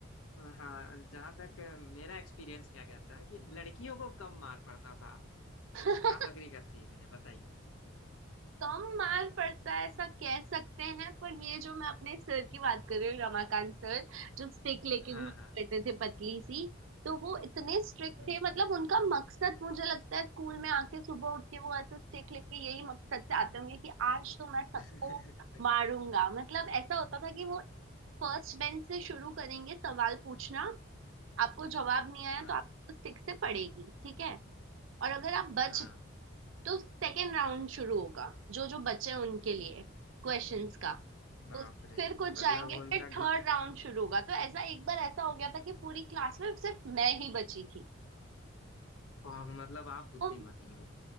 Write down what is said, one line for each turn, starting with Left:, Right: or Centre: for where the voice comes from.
Left: हाँ जहाँ तक अ, मेरा एक्सपीरियंस क्या कहता है कि लड़कियों को कम मार पड़ता था
Right: <laughs>
Left: आप अग्री करती है कि नहीं बताइए
Right: कम मार्क पड़ता है ऐसा कह सकते हैं पर ये जो मैं अपने सर की बात कर रही हूँ रमाकांत सर जो स्टिक लेके
Left: हाँ
Right: घूमा
Left: हाँ
Right: करते थे पतली सी तो वो इतने स्ट्रिक्ट
Left: हम्म
Right: थे मतलब उनका मकसद मुझे लगता है स्कूल में आके सुबह उठ के वो ऐसे स्टिक लेके यही मकसद से आते होंगे कि आज तो मैं सबको
Left: <laughs>
Right: मारूंगा मतलब ऐसा होता था कि वो फर्स्ट बेंच से शुरू करेंगे सवाल पूछना आपको जवाब नहीं आया
Left: हाँ
Right: तो आपको स्टिक से पड़ेगी ठीक है और अगर आप बच
Left: हाँ
Right: तो सेकेंड राउंड शुरू होगा जो जो बचे हैं उनके लिए क्वेश्चंस का
Left: बाप
Right: तो
Left: रे
Right: फिर कुछ
Left: मतलब
Right: जाएंगे
Left: उनका
Right: फिर
Left: घ...
Right: थर्ड राउंड शुरू होगा तो ऐसा एक बार ऐसा हो गया था कि पूरी क्लास में सिर्फ मैं ही बची थी
Left: वाह, मतलब आप बुद्धिमती
Right: और
Left: हो